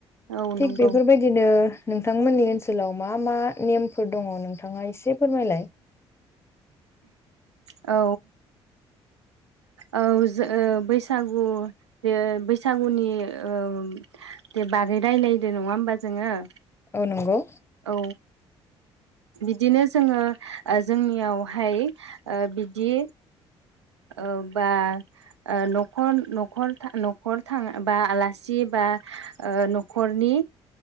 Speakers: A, on the right; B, on the left.
A: औ
B: थिग
A: नंगौ
B: बेफोरबायदिनो नोंथांमोननि ओनसोलाव मा मा नेमफोर दङ नोंथाङा एसे फोरमायलाय।
A: औ। औ जो ओ बैसागु ओ बैसागुनि ओ बागै रायलायदों नङा होमबा जोङो
B: औ नंगौ।
A: औ बिदिनो जोङो जोंनियावहाय ओ बिदि ओ बा ओ न'खर नखर था न'खर थाङा बा आलासि बा ओ न'खरनि